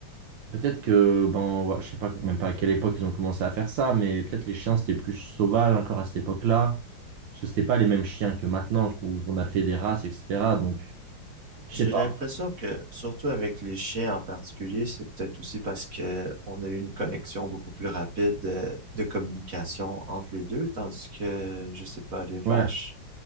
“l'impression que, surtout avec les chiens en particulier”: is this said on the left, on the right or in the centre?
Right